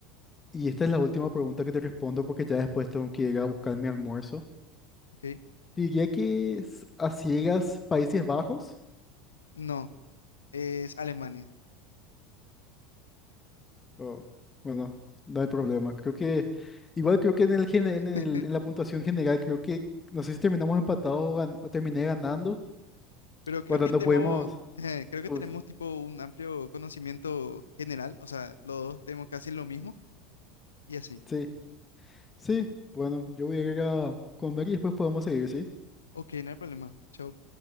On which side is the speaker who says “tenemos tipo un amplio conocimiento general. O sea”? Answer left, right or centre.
Left